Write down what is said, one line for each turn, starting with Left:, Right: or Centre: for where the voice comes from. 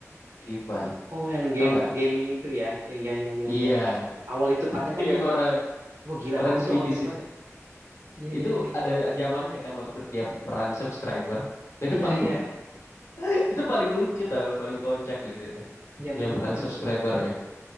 Left: PewDiePie.
Right: oh yang game
Left: Tau nggak?
Right: gaming itu ya yang ya ya ya
Left: Iya.
Right: ya awal YouTube
Left: <laughs>
Right: ada kan
Left: Yang
Right: dia
Left: orang
Right: wah gila
Left: orang
Right: banget
Left: Swedish
Right: tuh awal YouTube
Left: itu.
Right: ada iya
Left: Itu
Right: iya iya iya
Left: ada zamannya kan waktu dia perang subscriber. Nah, itu
Right: iya
Left: paling
Right: iya
Left: <laughs> itu paling lucu tau, paling kocak di situ.
Right: iya betul
Left: Yang perang
Right: betul
Left: subscribernya.
Right: betul